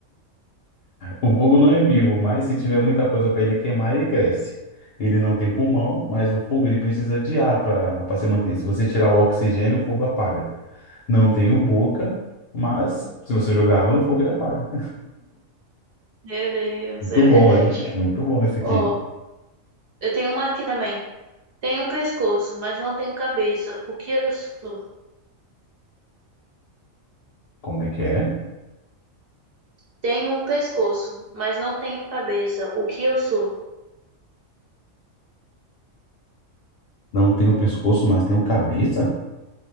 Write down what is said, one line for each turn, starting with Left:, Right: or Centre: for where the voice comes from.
Left: O fogo não é vivo, mas se tiver muita coisa para ele queimar, ele cresce. Ele não tem pulmão, mas o fogo ele precisa de ar para para se manter. Se você tirar o oxigênio, o fogo apaga. Não tenho boca, mas se você jogar água no fogo, ele apaga.
Right: Meu Deus,
Left: <laughs> Muito
Right: é verdade.
Left: bom, hein? Muito bom esse aqui.
Right: Ó, eu tenho uma aqui também. Tenho um pescoço, mas não tenho cabeça. O que eu sou?
Left: Como é que é?
Right: Tenho um pescoço, mas não tenho cabeça. O que eu sou?
Left: Não tenho pescoço, mas tenho cabeça?